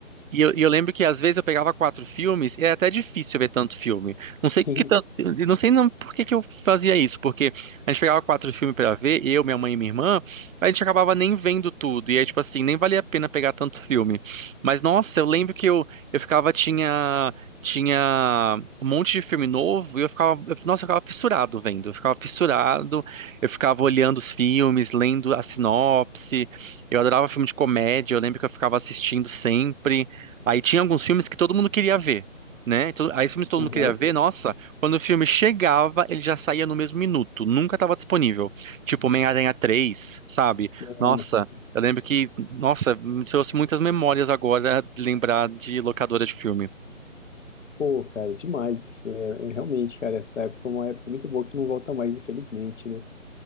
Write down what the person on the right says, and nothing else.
E eu, e eu lembro que às vezes eu pegava quatro filmes, e era até difícil ver tanto filme. Não sei
que tanto, eu não sei não por que que eu fazia isso, porque a gente pegava quatro filmes pra ver, eu, minha mãe e minha irmã, a gente acabava nem vendo tudo. E aí, tipo assim, nem valia a pena pegar tanto filme. Mas nossa, eu lembro que eu, eu ficava, tinha, tinha um monte de filme novo, e eu ficava, eu- nossa, eu ficava fissurado vendo. Eu ficava fissurado, eu ficava olhando os filmes, lendo a sinopse. Eu adorava filme de comédia, eu lembro que eu ficava assistindo sempre. Aí tinha alguns filmes que todo mundo queria ver, né? To- Aí os filmes que todo mundo
queria ver, nossa, quando o filme chegava, ele já saía no mesmo minuto, nunca estava disponível. Tipo Homem-Aranha 3, sabe?
Nossa,
eu lembro que, nossa, me trouxe muitas memórias agora de lembrar de locadora de filme.